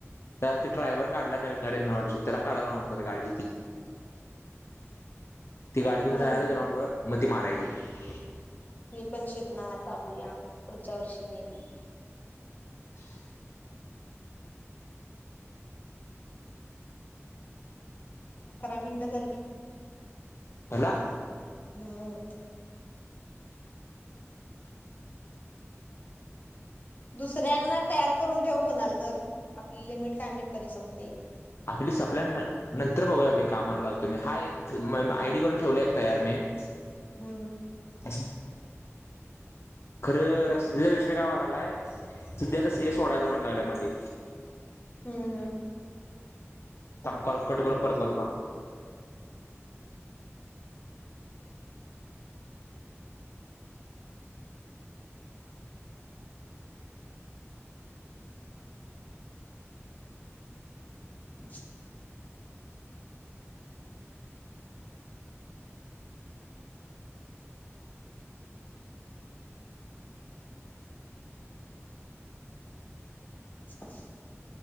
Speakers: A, on the left; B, on the left.
A: जास् ड्रायव्हर काढला नवीन गाडीव त्याला काढायला म्ह गाडी. ती गाडी घेऊन
B: मग
A: जाय ग्राउंड वर मग ती मारायची.
B: मी पण शिपणार आता बूया पुढच्या वर्षी मे बी.
A: <inaudible>
B: अकरा मिनटं झाली.
A: हला
B: हम्म. दुसऱ्यांना तयार करून ठेव कोणालातर आपली लिमिट काय माहित कधी संपते.
A: आपली सप्ला नंतर बघूया कामाला लावतो मी हा एक आयडी करून ठेवला एक तयार मी. <inaudible>
B: हम्म.
A: <unintelligible> खरं लय <unintelligible> विषयावर आलाय सध्या आता सी ऐ सोडायचा म्हणू लागलाय मधी.
B: हम्म हम्म.
A: अक्कोलकोट कडून परतणार ना?
B: श <unintelligible> <inaudible>